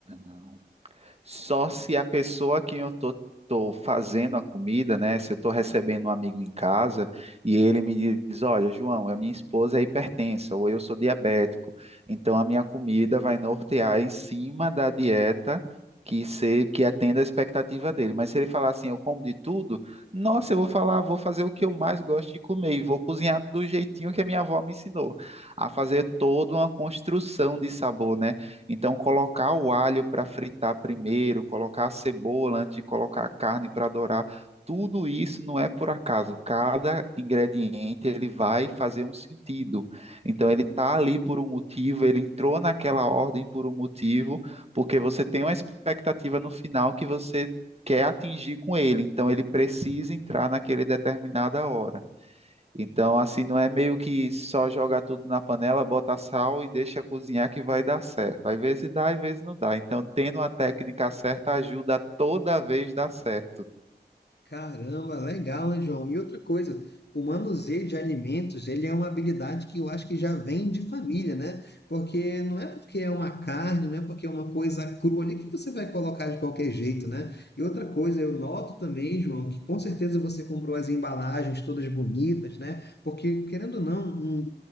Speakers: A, on the right (about 35°); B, on the left (about 70°).
A: Não. Só se a pessoa que eu tô, tô fazendo a comida, né? Se eu tô recebendo um amigo em casa e ele me diz, olha, João, a minha esposa é hipertensa ou eu sou diabético, então a minha comida vai nortear em cima da dieta que se que atenda a expectativa dele. Mas se ele falar assim, eu como de tudo, nossa, eu vou falar, vou fazer o que eu mais gosto de comer e vou cozinhar do jeitinho que a minha avó me ensinou, a fazer toda uma construção de sabor, né? Então, colocar o alho para fritar primeiro, colocar a cebola antes de colocar a carne para dourar, tudo isso não é por acaso. Cada ingrediente ele vai fazer um sentido. Então, ele está ali por um motivo, ele entrou naquela ordem por um motivo, porque você tem uma expectativa no final que você quer atingir com ele. Então, ele precisa entrar naquele determinada hora. Então, assim, não é meio que só joga tudo na panela, bota sal e deixa cozinhar que vai dar certo. Às vezes dá, às vezes não dá. Então, tendo a técnica certa ajuda a toda vez dar certo.
B: Caramba, legal, né, João? E outra coisa, o manuseio de alimentos, ele é uma habilidade que eu acho que já vem de família, né? Porque não é porque é uma carne, não é porque é uma coisa crua ali que você vai colocar de qualquer jeito, né? E outra coisa, eu noto também, João, que com certeza você comprou as embalagens todas bonitas, né? Porque, querendo ou não, um,